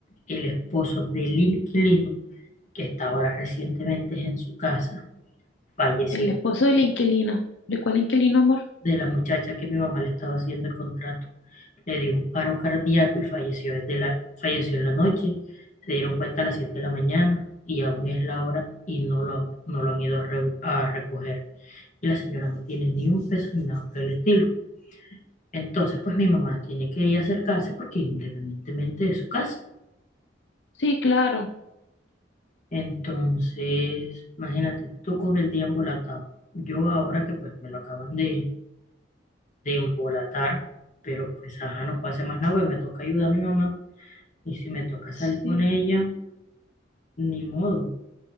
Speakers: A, on the left; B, on the left.
A: el esposo del inquilino, que está ahora recientemente en su casa, falleció
B: El esposo del inquilino. ¿De cuál inquilino, amor?
A: de la muchacha que mi mamá le estaba haciendo el contrato. le dio un paro cardíaco y falleció desde la, falleció en la noche. Se dieron cuenta a las 7 de la mañana y aún es la hora y no lo han, no lo han ido a, rebu- a recoger. Y la señora no tiene ni un peso ni nada por el estilo. Entonces, pues mi mamá tiene que ir a acercarse porque independientemente de su casa.
B: Sí, claro.
A: Entonces, imagínate, tú con el día embolatado. Yo ahora que pues me lo acaban de, de embolatar, pero pues ajá, no puedo hacer más nada, pues me toca ayudar a mi mamá. Y si me toca salir
B: Sí,
A: con ella, Ni modo,